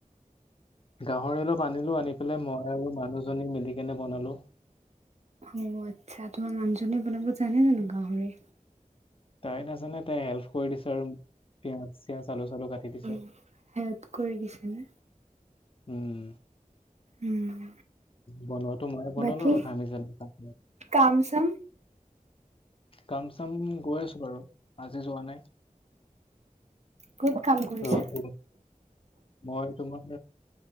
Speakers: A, on the left; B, on the right.
A: গাহৰি অলপ আনিলো আনি পেলাই মই আৰু মানুহজনী মিলি কেনে বনালো
B: অ আচ্ছা তোমাৰ মানুহজনীয়ে বনাব জানে জানো গাহৰি
A: তাই নাজানে তাই হেল্প কৰি দিছে আৰু পিয়াঁজ চিয়াজ আলু চালু কাটি দিছে
B: উম, হেল্প কৰি দিছেনে
A: উম
B: উম
A: বনোৱাটো মইয়ে বনালো
B: বাকী
A: আৰু ঘামি জামি
B: কাম চাম
A: কাম চাম গৈ আছো বাৰু আজি যোৱা নাই
B: ক'ত কাম কৰিছা
A: ৰ'দ বহুত মই তোমাৰ